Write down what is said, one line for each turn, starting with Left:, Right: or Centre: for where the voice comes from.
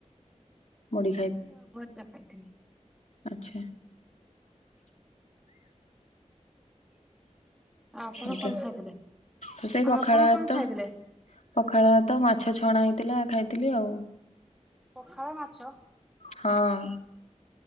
Left: ମୁଢି
Centre: ମୂଢି ଆଉ ଭଜା ଖାଇଥିଲି।
Left: ଆଛା।
Centre: ଆଉ ଆପଣ
Left: ଏ ତ
Centre: କଣ ଖାଇଥିଲେ?
Left: ତ ସେଇ
Centre: ଆଉ
Left: ପଖାଳ
Centre: ଆପଣ
Left: ଭାତ।
Centre: କଣ ଖାଇଥିଲେ?
Left: ପଖାଳ ଭାତ ମାଛ ଛଣା ହେଇଥିଲା ଖାଇଥିଲି ଆଉ।
Centre: ପଖାଳ ମାଛ
Left: ହଁ।